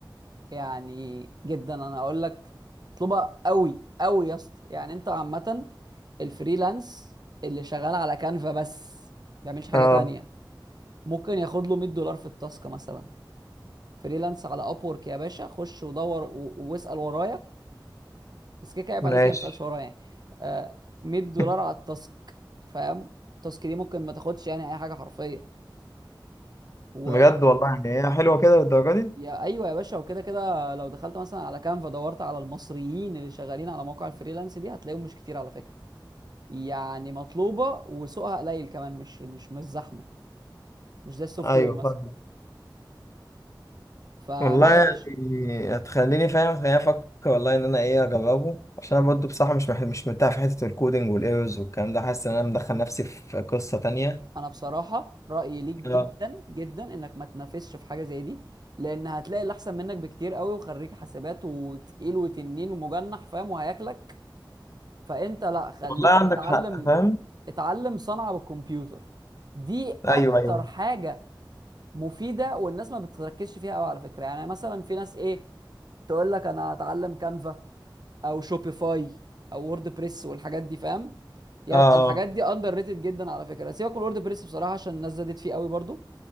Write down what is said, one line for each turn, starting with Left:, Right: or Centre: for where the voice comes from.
Right: يعني جدا انا هقول لك مطلوبه قوي قوي يا اسطى يعني انت عامه الفريلانس اللي شغال على كانفا بس ما بيعملش حاجه
Left: اه
Right: تانية ممكن ياخد له 100 دولار في التاسك مثلا فريلانس على اب وورك يا باشا خش ودور و- واسال ورايا بس كده كده عيب
Left: ماشي
Right: عليك يعني ما تسالش ورايا يعني آه 100
Left: <laughs>
Right: دولار على التاسك فاهم التاسك دي ممكن ما تاخدش يعني اي حاجه حرفيا و
Left: بجد والله يعني هي حلوه كده للدرجه دي
Right: يا ايوه يا باشا وكده كده لو دخلت مثلا على كانفا دورت على المصريين اللي شغالين على مواقع الفريلانس دي هتلاقيهم مش كتير على فكره يعني مطلوبه وسوقها قليل كمان مش مش مش زحمه مش زي السوفت
Left: ايوه
Right: وير مثلا
Left: فاهم
Right: فلا
Left: والله يعني
Right: يا باشا
Left: هتخليني فاهم هتخليني افكر والله ان انا ايه اجربه عشان انا برضه بصراحه مش مح- مش مرتاح في حته الكودينج والايرورز والكلام ده حاسس ان انا مدخل نفسي في قصه تانية
Right: انا بصراحه رايي ليك جدا
Left: اه
Right: جدا انك ما تنافسش في حاجه زي دي لان هتلاقي اللي احسن منك بكتير قوي وخريج حسابات وتقيل وتنين ومجنح فاهم وهياكلك فانت لا خليك
Left: والله عندك
Right: اتعلم
Left: حق فاهم
Right: اتعلم صنعه بالكمبيوتر دي
Left: ايوه
Right: اكتر
Left: ايوه
Right: حاجه مفيده والناس ما بتركزش فيها قوي على فكره يعني مثلا في ناس ايه تقول لك انا هتعلم كانفا او شوبيفاي او وورد بريس والحاجات دي فاهم يا
Left: اه آه.
Right: الحاجات دي اندر ريتد جدا على فكره سيبك من وورد بريس بصراحه عشان الناس زادت فيه قوي برضو